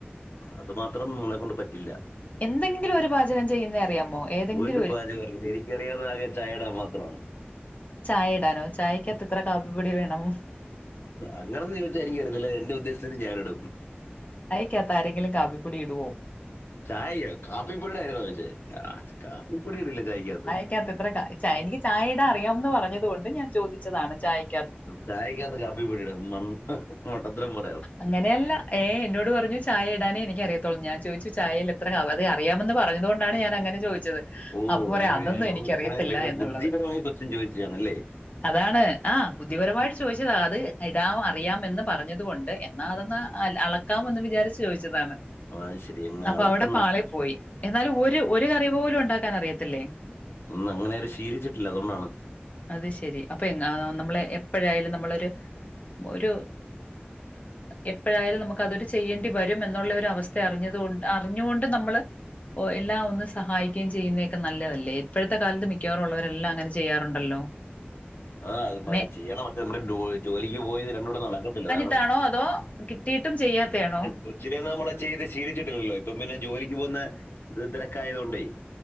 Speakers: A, on the left; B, on the left.
A: അതു മാത്രം നമ്മളെ കൊണ്ട് പറ്റില്ല
B: എന്തെങ്കിലു ഒരു പാചകം ചെയ്യുന്നെ അ റിയാമോ ഏതെങ്കിൽ
A: ഒരു പാചകറിയൂല എനിക്കറിയാവ്ന്ന ആകെ ചായടാ മാത്രമാണ്
B: ചായ ഇടാനോ ചായക്കാത് എത്ര കാപ്പിപ്പൊടി വേണം
A: അ അങ്ങനൊന്ന് ചോയിച്ചാ എനിക്കറിയത്തില്ല എന്റ ഉദ്ദേശത്തിന് ഞാന് ഇടും
B: ക്കാത്ത് ആരെങ്കിലും കാപ്പിപ്പൊടി ഇടുവോ
A: ചായിയോ കാപ്പിപ്പൊടീട കാര്യാണോ ചോയിച്ചെ അ കാപ്പിപ്പൊടി ഇടില്ല ചായക്കാത്ത്
B: ക്കാത്ത് എത്ര കാ ചായ എനി ചായെടാറിയാംന്ന് പറഞ്ഞത് കൊണ്ട് ഞാൻ ചോദിച്ചതാണ് ചായക്ക്
A: ചായക്കാത്ത് കാപ്പിപൊടീടോ മൺ ണ്ട മണ്ടത്തരം പറയാത
B: അങ്ങനയല്ല ഏ എന്നോട് പറഞ്ഞു ചായെടാനെ എനിക്ക അറിയത്തോള് ഞാൻ ചോയിച്ചു ചായലെത്ര അതേ അറിയാമെന്ന് പറഞ്ഞത് കൊണ്ടാണ് ഞാൻ അങ്ങനെ ചോദിച്ചത്
A: ഓ
B: അപ്പൊ പറയാ
A: ഇങ്ങനെ
B: അതൊന്നും എനിക്കറിയത്തില്ല
A: ഇങ്ങനെ ഭയങ്കര
B: എന്നുള്ളത്.
A: ബുദ്ധിപരമായി കൊസ്റ്റ്യൻ ചോദിച്ചതണല്ലേ
B: അതാണ് ആഹ് ബുദ്ധിപരമായിട്ട് ചോദിച്ചതാ അത് ഇടാം അറിയാ എന്ന് പറഞ്ഞത് കൊണ്ട് എന്നാ അതൊന്ന് അളക്കാമെന്ന് വിചാരിച്ചു ചോദിച്ചതാണ്
A: അത് ശരി എന്നെ
B: അപ്പൊ
A: അളക്ക
B: അവിടെ പാളി പോയി എന്നാലും ഒരു ഒരു കറി പോലും ഉണ്ടാക്കാൻ അറിയത്തില്ലേ
A: ഒന്നും അങ്ങനെ അര് ശീലിച്ചിട്ടില്ല അതുകൊണ്ടാണ്
B: അത് ശെരി അപ്പൊ നമ്മള് എപ്പഴായാലും നമ്മളൊരു ഒരു എപ്പോഴായാലും നമുക്ക് അതൊരു ചെയ്യേണ്ടി വരും എന്നുള്ള ഒരു അവസ്ഥ അറിഞ്ഞത് കൊണ്ട് അറിഞ്ഞോണ്ട് നമ്മള് ഓ എല്ലാം ഒന്ന് സഹായിക്കെം ചെയ്യുന്നതൊക്കെ നല്ലതല്ലേ ഇപ്പോഴത്തെ കാലത്ത് മിക്കവാറുള്ളവരെല്ലാം അങ്ങനെ ചെയ്യാറുണ്ടല്ലോ
A: ആഹ്
B: മെ
A: അത് ചെയ്യണം മ നമ്മ ജോലിക്ക് പോയത് രണ്ടും കൂടെ നടക്കത്തില്ലതാണ്
B: ട്ടാണോ അതോ കി കിട്ടീട്ടും ചെയ്യാത്തെയാണോ
A: കൊച്ചിലെ നമ്മളെ ചെയ്ത് ശീലിച്ചിട്ടില്ലല്ലോ ഇപ്പൊ പിന്നെ ജോലിക്ക് പോകുന്ന ഇത് തിരക്കായത് കൊണ്ടേ